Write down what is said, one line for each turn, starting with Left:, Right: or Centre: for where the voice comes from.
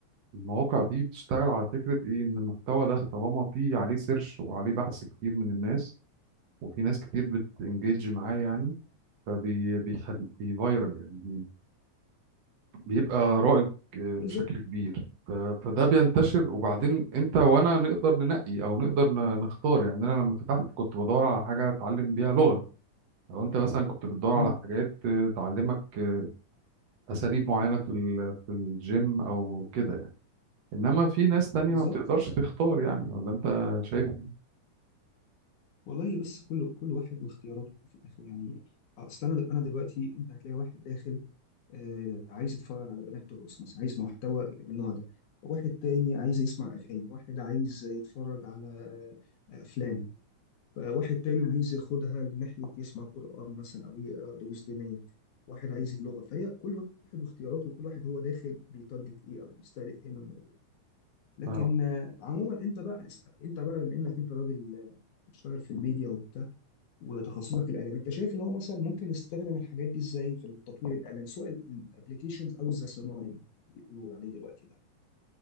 Right: المواقع دي بتشتغل على فكرة ايه ان المحتوى ده طالما فيه عليه سيرش وعليه بحث كتير من الناس وفي ناس كتير بتنجيج معاه يعني فبيخلي بيفايرال يعني بي- بيبقى رائج آه،
Left: بالظبط
Right: بشكل كبير ف- فده بينتشر وبعدين انت وانا نقدر ننقي او نقدر ن- نختار يعني انا لما فتحت كنت بدور على حاجة اتعلم بيها لغة لو انت مثلا كنت بتدور
Left: امم
Right: على حاجات آه، تعلمك آه، اساليب معينة في ال- في الجيم او كده انما في ناس تانية
Left: بالظبط
Right: ما بتقدرش
Left: بالظبط
Right: تختار يعني ولا انت شايف إيه؟
Left: والله بس كل كل واحد واختياراته في الاخر يعني اصل انا انا دلوقتي انت هتلاقي واحد داخل آه، عايز يتفرج على بنات ترقص مثلا عايز محتوى من النوع ده واحد تاني عايز يسمع أغاني واحد عايز يتفرج على آه، أفلام آه، واحد تاني عايز ياخدها لناحية يسمع قرآن مثلا أو يقرأ دروس دينية واحد عايز اللغة فهي كل واحد واختياراته وكل واحد هو داخل بيتارجت إيه أو بيستهدف إيه من الموضوع لكن
Right: آه،
Left: آه، عموما أنت بقى اسأل أنت بقى بما إنك أنت راجل آه، بتشتغل في الميديا وتخصصك الاعلام انت شايف ان هو مثلا ممكن نستخدم الحاجات دي ازاي في التطوير الاعلام سواء الابلكيشنز او الذكاء الصناعي اللي بيقولوا عليه دلوقتي ده